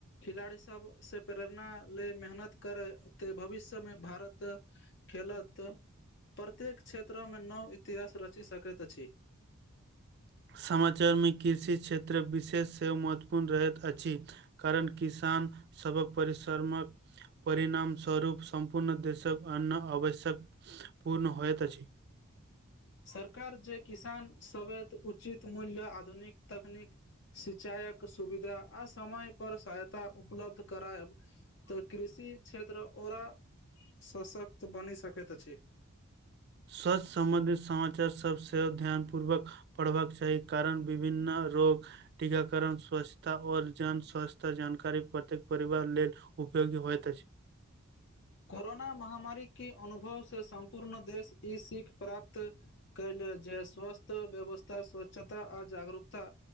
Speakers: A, on the left (about 50°); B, on the right (about 45°).
A: खिलाड़ी सब से प्रेरणा ले मेहनत करै ते भविष्य में भारत खेलत प्रत्येक क्षेत्र में नाव इतिहास रची सकैत अछी।
B: समाचार में कृषि क्षेत्र विशेष सेहो महत्वपूर्ण रहैत अछी। कारण किसान सबक परिसरमक परिणाम स्वरूप संपूर्ण देशक अन्न आवश्यक पूर्ण होयत अछि।
A: सरकार जे किसान सबेत उचित मूल्य आधुनिक तकनीक सिचायक सुविधा आ समय पर सहायता उपलब्ध करायब। तऽ कृषि क्षेत्र ओरा सशक्त बनि सकैत अछी।
B: स्वस्थ सम्बंधित समाचार सब ध्यान पूर्वक पढ़बाक चाही कारण विभिन्न रोग टीकाकरण स्वच्छता और जन स्वच्छता जानकारी प्रत्येक परिवार लेल उपयोगी होइत अछि।
A: कोरोना महामारी के अनुभव से सम्पूर्ण देश ई सीख प्राप्त कैयले जे स्वस्थ व्यवस्था स्वच्छता आ जागरूकता